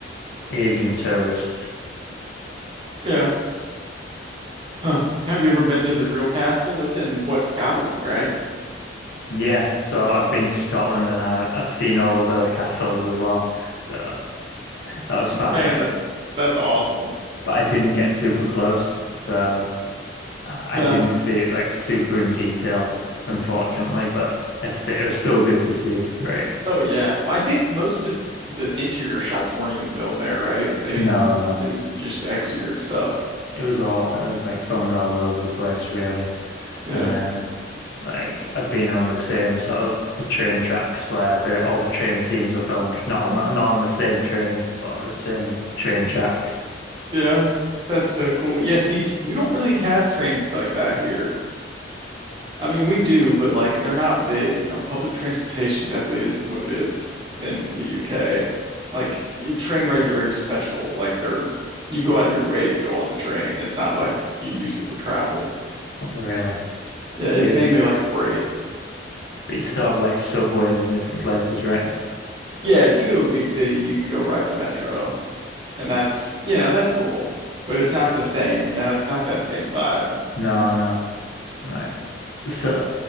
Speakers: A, on the left (about 65°); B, on the right (about 25°).
A: Asian tourists. So
B: Yeah. Huh. Have you ever been to the real castle? It's in what, Scotland, right?
A: Yeah, so I've been to Scotland and I, I've seen all of those castles as well. So that was fun.
B: Man, that's that's awesome.
A: But I didn't get super close, so I
B: No.
A: I didn't see it like super in detail, unfortunately. But I st it was still good to see, right?
B: Oh yeah. Well, I think most of the interior shots weren't even filmed there, right? They didn't.
A: No, no.
B: It was just the exterior stuff.
A: It was all, it was like filmed all over the place, really.
B: Yeah.
A: And then like I've been on the same sort of the train tracks where the, all the train scenes were filmed, not on that, not on the same train, but on the same train tracks,
B: Yeah. That's so cool. Yeah, see, tr- we don't really have trains like that here. I mean, we do, but like they're not big, you know. Public transportation definitely isn't what it is in the UK. Like y- train rides are very special. Like they're you go out of your way to go on the train. It's not like you use it for travel.
A: really.
B: Yeah, it's
A: Do you,
B: mainly like freight.
A: But you still have like subways in different places, right?
B: Yeah, if you go to a big city, you can go ride the metro. And that's, you know, that's cool, but it's not the same, you know, it's not that same vibe.
A: No, no. Like so